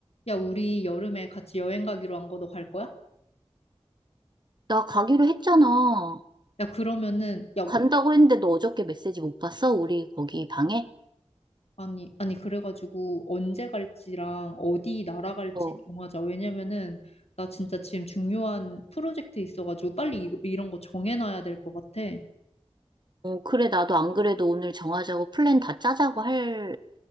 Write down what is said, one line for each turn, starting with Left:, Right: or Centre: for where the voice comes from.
Left: 야, 우리 여름에 같이 여행 가기로 한 거 너 갈 거야?
Right: 나 가기로 했잖아.
Left: 야, 그러면은, 야,
Right: 간다고 했는데 너 어저께 메시지 못 봤어? 우리 거기 방에?
Left: 아니, 아니, 그래가지고 언제 갈지랑 어디 나라 갈지
Right: 어,
Left: 정하자. 왜냐면은, 나 진짜 지금 중요한 프로젝트 있어가지고 빨리 이, 이런 거 정해놔야 될 것 같아.
Right: 어, 그래, 나도 안 그래도 오늘 정하자고 플랜 다 짜자고 할,